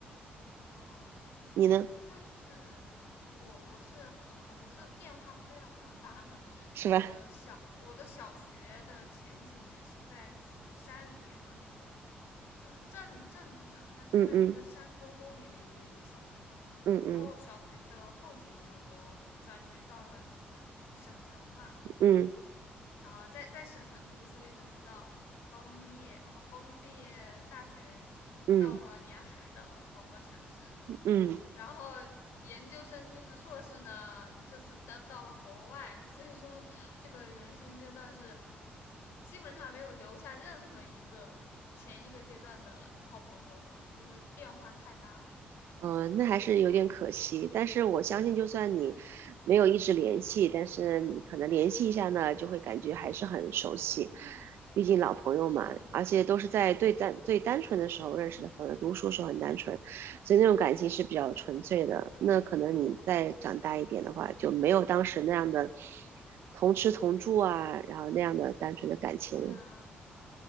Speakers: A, on the left (about 80°); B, on the right (about 80°).
A: 哦，那那就是我我是啊、
B: 你呢？
A: 我是变化非常非常大的。
B: 是吧？
A: 我小我的小学的前几年是在就是山里面的那个，就是镇镇子上，它是在一个山沟沟里的一个一个小地方。
B: 嗯嗯嗯嗯
A: 然后小学的后几年，我转学到了就是省城嘛，
B: 嗯嗯
A: 啊、在在省城读书，一直读到高中毕业，然后高中毕业，大学到了沿海的某个城市。
B: 嗯。嗯嗯
A: 然后研究生就是硕士呢，就是到到了国外，所以说这个人生阶段是基本上没有留下任何一个前一个阶段的好朋友吧，因为变化太大了。
B: 嗯，呃那还是有点可惜，但是我相信，就算你没有一直联系，但是你可能联系一下呢，就会感觉还是很熟悉，毕竟老朋友嘛，
A: 嗯，
B: 而且都是在最单最单纯的时候认识的朋友，读书时候很单纯，所以那种感情是比较纯粹的。那可能你再长大一点的话，就没有当时那样的同吃同住啊，然后那样的单纯的感情了。
A: 对啊。